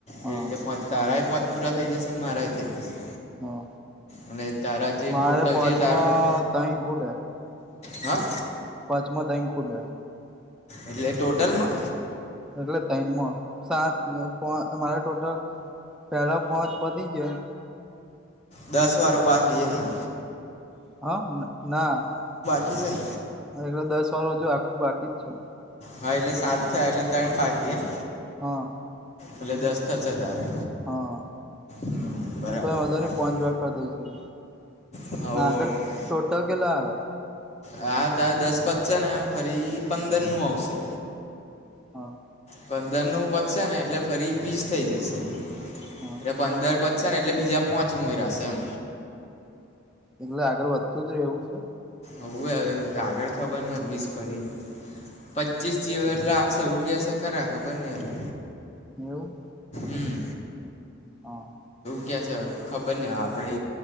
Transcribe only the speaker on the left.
એ રીતે પાચ તારાય પોચ પૂરા થઈ જશે ને મારાઈ થઇ જશે
અને તારા જે
ટોટલ
જે તારું છે
હા
એટલે ટોટલમાં
દસ વાર બાકી એમ ને
પીઝન
હ એટલે સાત થયાં એટલે તૈણ બાકી એમ
એટલે દસ થશે તારે
હમ બરાબર
બરાબર
હવ હવ
હા તાર દસ પત્સે ને ફરી પંદર નું આવશે.
પંદર નું પત્સે ને એટલે ફરી વીસ થઈ જશે
એટલે પંદર પત્ સે ને એટલે બીજા પોચ ઉમેરાશે એમ
હઉવે હવે આગળ ખબર ને વીસ ફરી પચ્ચીસ જેવા એટલે આવશે એવું કે શે ખરા ખબરની હવે
હમ
કે છે ખબરની આપડે